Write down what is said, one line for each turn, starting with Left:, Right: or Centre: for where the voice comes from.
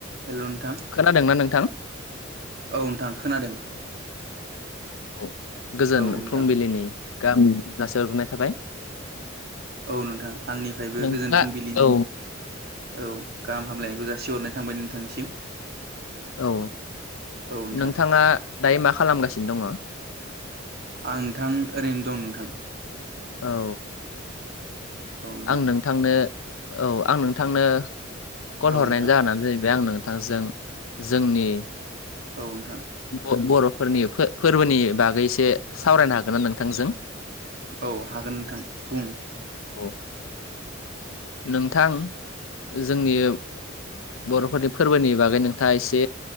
Right: हेल' नोंथां
Left: खोनादोंना नोंथां?
Right: औ नोंथां खोनादों।
Left: औ गोजोन
Right: औ नोंथां
Left: फुंबिलिनि गामि जासे हरग्रोनाय थाबाय।
Right: औ नोंथां आंनिफ्रायबो
Left: नोंथाङा
Right: गोजोन फुंबिलिनि
Left: औ
Right: औ गाहाम हामलायनायखौ जा सिहरनाय थांबाय नोंथांनिसिम।
Left: औ
Right: औ नोंथां
Left: नोंथाङा दायो मा खालाम गासिनो दङ?
Right: आं नोंथां ओरैनो दं नोंथां।
Left: औ।
Right: औ नोंथां
Left: आं नोंथांनो औ आं नोंथांनो कल
Right: औ
Left: हरनायानो
Right: नोंथां
Left: जाहोना जाहैबाय आं नो थांजों जोंनि
Right: औ नोंथां
Left: बर - बर' फोरनि फोरबोनि बागैसे सावरायनो हागोन ना नोंथांजों?
Right: औ हागोन नोंथां बुं
Left: औ नोंथां जोंनि बर'फोरनि फोरबोनि बागै नोंथाङा एसे